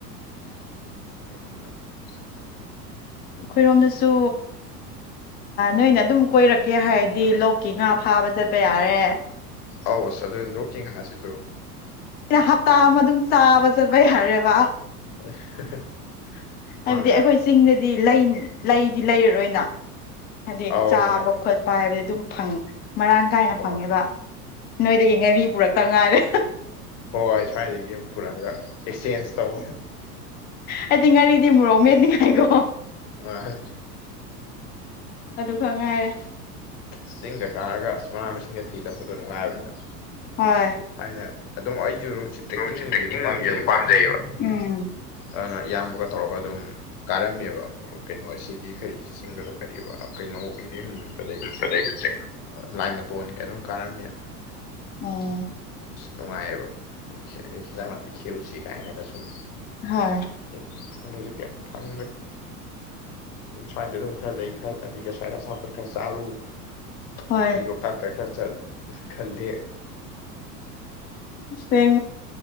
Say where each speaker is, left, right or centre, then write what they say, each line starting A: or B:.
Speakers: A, on the left (about 40°); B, on the left (about 20°).
A: ꯎꯝ
B: ꯑꯩꯈꯣꯏꯔꯣꯝꯗꯁꯨ ꯅꯣꯏꯅ ꯑꯗꯨꯝ ꯀꯣꯏꯔꯛꯀꯦ ꯍꯥꯏꯔꯗꯤ ꯂꯣꯛꯀꯤ ꯉꯥ ꯐꯥꯕ ꯆꯠꯄ ꯌꯥꯔꯦ
A: ꯑꯧꯁ ꯑꯗꯨ ꯂꯣꯛꯀꯤꯡ ꯍꯥꯥꯁꯤꯁꯨ
B: ꯑꯩꯅ ꯍꯞꯇꯥ ꯑꯃ ꯑꯗꯨꯝ ꯆꯥꯕ ꯆꯠꯄ ꯌꯥꯔꯦꯕ
A: <unintelligible>
B: ꯍꯥꯏꯕꯗꯤ
A: ꯃꯥꯅꯤ
B: ꯑꯩꯈꯣꯏ ꯆꯤꯡꯗꯗꯤ ꯂꯩ ꯂꯩꯗꯤ ꯂꯩꯔꯔꯣꯏꯅ ꯍꯥꯏꯗꯤ
A: ꯑꯧ
B: ꯆꯥꯕ
A: ꯃꯥꯅꯤ
B: ꯈꯣꯠꯄ ꯍꯥꯏꯕꯗꯤ ꯑꯗꯨꯝ ꯐꯪꯉ ꯃꯔꯥꯡ ꯀꯥꯏꯅ
A: ꯍꯣꯏ
B: ꯐꯪꯉꯦꯕ ꯅꯣꯏꯗꯒꯤ ꯉꯥꯔꯤ ꯄꯨꯔꯛꯀ ꯉꯥꯏꯔꯦ
A: ꯍꯣꯏ ꯍꯣꯏ ꯁ꯭ꯋꯥꯏꯗꯒꯤ ꯑꯃꯝ ꯄꯨꯔꯛꯑꯒ ꯑꯦꯛꯆꯦꯟꯖ ꯇꯧ
B: ꯍꯥꯏꯗꯤ ꯉꯥꯔꯤꯗꯤ ꯃꯣꯔꯣꯛ ꯃꯦꯠꯅꯤꯡꯉꯥꯏꯀꯣ
A: ꯑ
B: ꯑꯗꯨ ꯈ ꯉꯥꯏꯔꯦ
A: ꯑꯁ ꯆꯤꯡꯒ ꯀꯥꯔꯒ ꯃꯅꯥ ꯃꯁꯤꯡꯒ ꯊꯤ ꯆꯠꯄꯗꯣ ꯅꯨꯡꯉꯥꯏꯕꯅꯦꯕ
B: ꯍꯣꯏ
A: ꯊꯥꯏꯅ ꯑꯗꯨꯝ ꯇ꯭ꯔꯦꯛꯀꯤꯡ
B: ꯅꯣꯡꯁꯤ ꯇ꯭ꯔꯦꯛꯀꯤꯡꯁꯦ
A: ꯑꯗꯨꯝ ꯄꯥꯟꯖꯩꯌꯦꯕ
B: ꯄꯥꯝꯖꯩꯌꯦꯕ ꯎꯝ
A: ꯑꯗꯨꯅ ꯏꯌꯥꯝꯕꯒ ꯇꯧꯔꯒ ꯑꯗꯨꯝ ꯀꯥꯔꯝꯃꯦꯕ ꯀꯩꯅꯣ ꯁꯤꯒꯤ ꯈꯔꯤ ꯆꯤꯡꯒꯗꯣ ꯈꯔꯤꯕꯔꯤꯕ ꯀꯩꯅꯣ ꯏꯗꯤꯗ ꯂꯩꯕ ꯆꯤꯡꯕꯗ
B: ꯑꯗꯩꯗ ꯆꯤꯡ
A: ꯂꯥꯏ ꯃꯇꯣꯟ ꯀ ꯑꯗꯨꯝ ꯀꯥꯔꯝꯃꯤ
B: ꯎꯝ
A: ꯅꯨꯡꯉꯥꯏꯌꯦꯕ ꯑꯗꯒꯤ ꯑꯗꯩ ꯍꯦꯟꯖꯥꯡ ꯅꯥꯄꯤ ꯈꯦꯎꯁꯤ ꯀꯥꯏꯅꯒ ꯁꯨꯝ
B: ꯍꯣꯏ
A: ꯑꯗꯨ ꯍꯧꯖꯤꯛꯇꯤ ꯑꯝꯇ ꯐꯪꯈ꯭ꯔꯦ ꯁ꯭ꯋꯥꯏꯗ ꯑꯗꯨꯝ ꯈꯔ ꯂꯩ ꯈꯔ ꯑꯗꯒꯤ ꯁ꯭ꯃꯥꯏꯅ ꯑꯁꯥ ꯣꯏ ꯈꯔ ꯆꯥꯔꯨ
B: ꯍꯣꯏ
A: ꯑꯗꯩ ꯂꯣꯛꯇꯥꯛꯇ ꯈꯔ ꯆꯠ ꯈꯜꯗꯦ
B: ꯁꯦꯡ